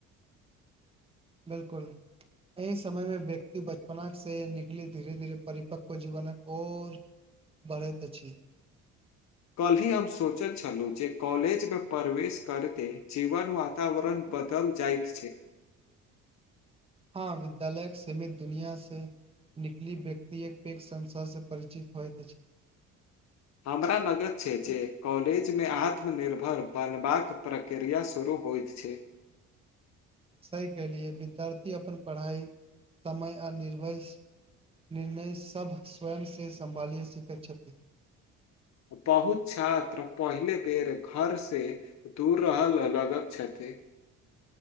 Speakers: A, on the right; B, on the left.
A: बिलकुल एहि समयमे व्यक्ति बचपनासँ निकलैत धीेरे-धीरे परिपक्क जीवनक ओर बढ़ैत अछि
B: कल्हि हम सोंचैत छलहुँ जे कॉलेजमे प्रवेश करिते जीवनक वातावरण बदल जाइत छै
A: हँ विद्यालयक सीमित दुनियांसँ निकलि व्यक्ति एत्तेक संशयसँ परिचित होइत अछि
B: हमरा लगैत छै जे कॉलेजमे आत्मनिर्भर बनबाक प्रक्रिया शुरू होइत छै
A: सही कहलिये विद्यार्थी अपन पढ़ाइ समय आ निर्भय निर्णय सभ स्वयं से सम्भालि सिखैत छथि
B: बहुत छात्र पहिले बेर घर से दूर रहल लगैत छथिन ई